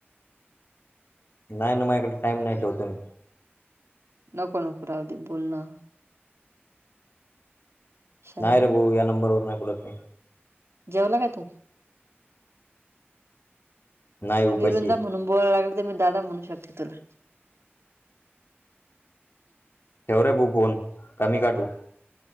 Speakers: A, on the left (about 60°); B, on the right (about 85°).
A: नाही ना माझ्याकडे टाईम नाही ठेवतो मी.
B: नको नको राहू दे बोलनं. शाईने
A: नाही रे भाऊ या नंबरवर नाही बोलात मी.
B: जेवला का तू?
A: नाही उपाशी
B: मीरूंदा
A: आहे.
B: म्हणून बोलाय लागले तर मी दादा म्हणू शकते तुला.
A: ठेवरे बू फोन का मी काटू?